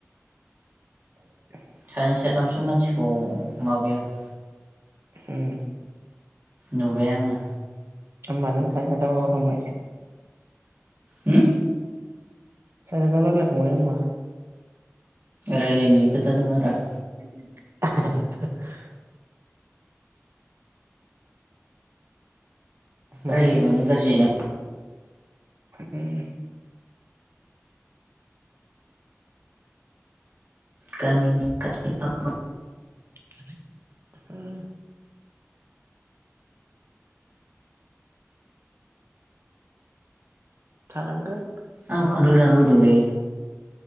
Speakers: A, on the right; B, on the right.
A: <unintelligible>
B: सानै साथामसो मानसिखौ माबाय आं
A: उम
B: नुबाय आङो।
A: होनबा नों सानै साथाम माबा खांबाय?
B: उम
A: सानै साथाम रायज्लायखांबाय होनबा?
B: रायलायनायनि खोथा नङा रा।
A: <unintelligible> माथो
B: रायलायबोनो गाज्रि जायोना
A: उम
B: गामिनि खाथि <unintelligible>
A: <unintelligible> थानांगोन।
B: आंखौ खान्थाल जानो लुबैदों मोन लै।